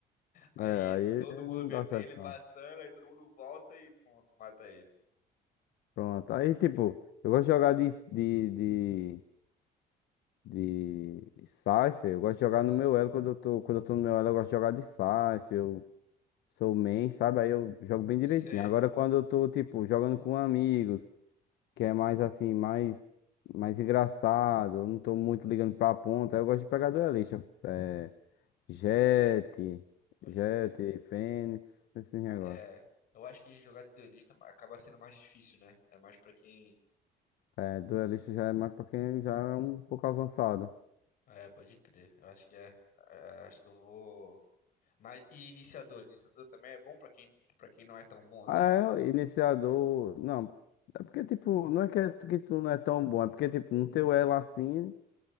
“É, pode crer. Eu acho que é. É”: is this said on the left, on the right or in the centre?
Left